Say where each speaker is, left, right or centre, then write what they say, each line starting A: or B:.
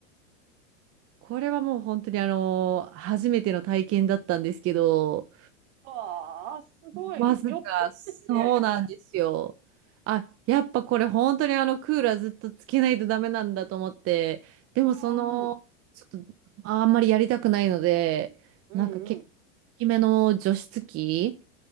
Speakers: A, on the right; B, on the right.
A: これはもう本当にあの、初めての体験だったんですけど、
B: ああ、すごい。
A: まさか、
B: よっぽどですね。
A: そうなんですよ。あ、やっぱこれ本当にあのクーラーずっとつけないとダメなんだと思って、でもその、
B: うんうん。
A: ちょっとあんまりやりたくないので、
B: うんうん。
A: なんか結構大きめの除湿機、